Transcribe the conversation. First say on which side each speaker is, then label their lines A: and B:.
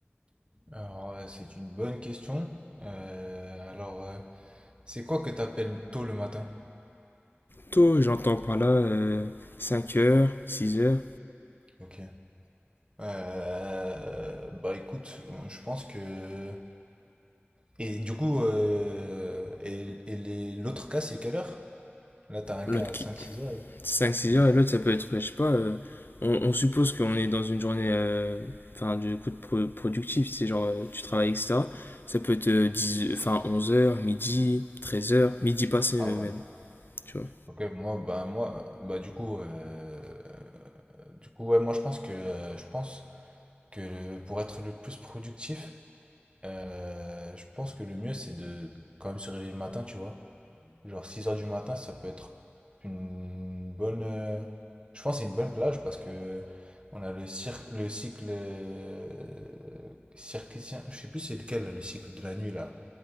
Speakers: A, on the right; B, on the left.
A: Alors, euh, c'est une bonne question. Euh, alors, euh, c'est quoi que t'appelles tôt le matin?
B: Tôt, j'entends par là euh, 5 heures, 6 heures.
A: Ok. Euh, bah écoute, je pense que... Et du coup, euh, et, et les- l'autre cas, c'est quelle heure? Là, t'as un
B: L'autre
A: cas à
B: qui...
A: cinq six heures.
B: Cinq, six
A: et l'autre-
B: heures et l'autre, ça peut être, je sais pas, euh, on, on suppose qu'on est dans une journée, euh, enfin, du coup, de pro- productif, c'est genre, euh, tu travailles, etc. Ça peut être euh, 10, enfin, 11 heures, midi, 13 heures, midi passé euh,
A: Ah ouais.
B: même, tu vois.
A: Ok, moi, bah moi, bah du coup, euh, du coup, ouais, moi je pense que, euh, je pense que pour être le plus productif, euh, je pense que le mieux, c'est de quand même se réveiller le matin, tu vois. Genre 6 heures du matin, ça peut être une bonne. euh, je pense que c'est une bonne plage parce que on a le, cir- le cycle euh, circadien. Je sais plus c'est lequel là, le cycle de la nuit là.